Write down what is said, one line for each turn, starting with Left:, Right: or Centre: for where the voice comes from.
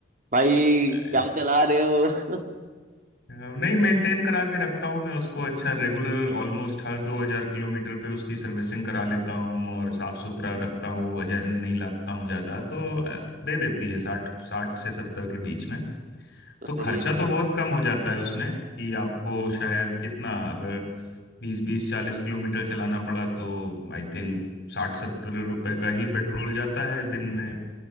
Right: भाई
Left: अ,
Right: क्या चला रहे हो
Left: नहीं मेंटेन करा के रखता हूँ मैं उसको अच्छा रेगुलर ऑलमोस्ट हर दो हजार किलोमीटर पे उसकी सर्विसिंग करा लेता हूँ और साफ सुथरा रखता हूँ वजन नहीं लाता हूँ ज्यादा तो अ,
Right: हम्म,
Left: दे देती है साठ साठ से सत्तर के बीच में
Right: तो
Left: तो
Right: सही
Left: खर्चा
Right: है यार।
Left: तो बहुत कम हो जाता है उसमें कि आपको शायद कितना अगर बीस बीस चालीस किलोमीटर चलाना पड़ा तो आई थिंक साठ सत्तर रुपए का ही पेट्रोल जाता है दिन में